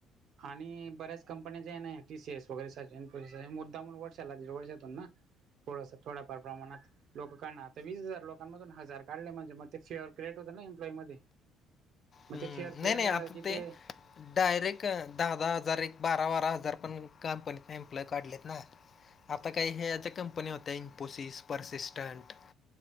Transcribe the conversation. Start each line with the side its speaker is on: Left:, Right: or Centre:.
Right: आणि बऱ्याच कंपन्याच नाही टीसीएस तसंच आहे वगैरे मुद्दाम वर्षाला वर्षातून ना थोड थोड्याफार प्रमाणात लोक काढणार वीस हजार लोक दुकान मधून हजार काढले म्हणजे मग ते चिअर क्रिएट होते ना एम्प्लॉय मध्ये. मग
Left: हम्म.
Right: ते थेअर क्रिएट
Left: नाही, नाही.
Right: झालं
Left: आता
Right: की ते
Left: डायरेक्ट दहा दहा हजार, एक बारा बारा हजार पण कंपनीत एम्प्लॉय काढलेत ना. आता काय हेच कंपनी होत्या इनपोसिस. परसिस्टंट